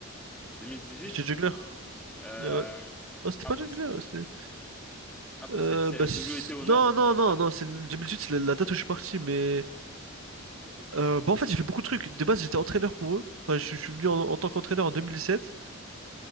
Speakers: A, in the centre; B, on the right (about 75°).
A: 2018?
B: J'étais jongleur.
A: Euh,
B: Et ouais. Non, c'était
A: impossible.
B: pas jongleur, c'était.
A: Impossible,
B: Euh,
A: ça
B: bah,
A: a toujours
B: c'est-
A: été honneur
B: non,
A: depuis
B: non,
A: tout
B: non,
A: ce temps.
B: non, c'est 2018, c'est la la date où je suis parti, mais. Euh, bah, en fait, j'ai fait beaucoup de trucs. De base, j'étais entraîneur pour eux. Enfin, je, je suis venu en, en tant qu'entraîneur en 2017.